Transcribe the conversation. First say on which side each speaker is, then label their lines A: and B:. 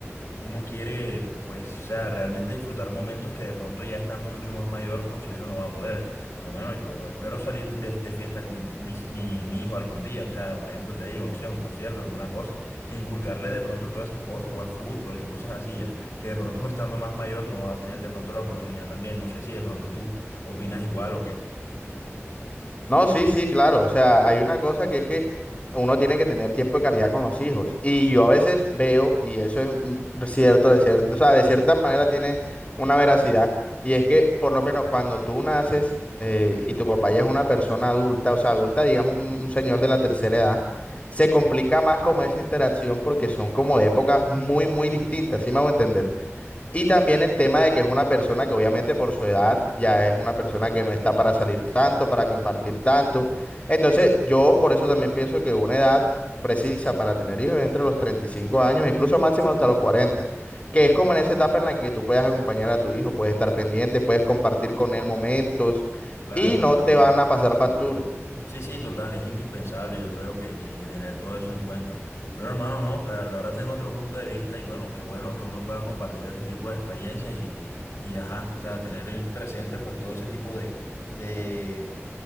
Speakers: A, on the left; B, on the left.
A: uno quiere, pues, o sea, realmente disfrutar momentos que de pronto ya estando mucho más mayor con su hijo no va a poder. Por lo menos yo espero salir de, de fiesta con mis- mi, mi hijo algún día. O sea, por ejemplo, te digo, no sé, un concierto, alguna cosa. E inculcarle de pronto todas esas cosas, jugar fútbol y cosas así ya. Que de pronto uno estando más mayor no va a tener de pronto la oportunidad también. No sé si de pronto tú opinas igual o qué.
B: No, sí, sí, claro. O sea, hay una cosa que es que uno tiene que tener tiempo de calidad con los hijos. Y yo a veces veo, y eso es mm, cierto, de cier- o sea, de cierta manera tiene una veracidad, y es que por lo menos cuando tú naces eh, y tu papá ya es una persona adulta, o sea, adulta, digamos, un, un señor de la tercera edad, se complica más como esa interacción porque son como de épocas muy, muy distintas, ¿sí me hago entender? Y también el tema de que es una persona que obviamente por su edad ya es una persona que no está para salir tanto, para compartir tanto. Entonces yo por eso también pienso que una edad precisa para tener hijos es entre los 35 años, incluso máximo hasta los 40 que es como en esa etapa en la que tú puedes acompañar a tu hijo, puedes estar pendiente, puedes compartir con él momentos
A: Claro,
B: y no
A: claro.
B: te van a pasar factura.
A: Sí, sí, total, es indispensable, yo creo que, que, que tener todo eso en cuenta. Pero hermano, no, la verdad, ahora tengo otro punto de vista y bueno, qué bueno que uno pueda compartir este tipo de experiencias y, y ajá, o sea, tener en presente pues todo ese tipo de, de,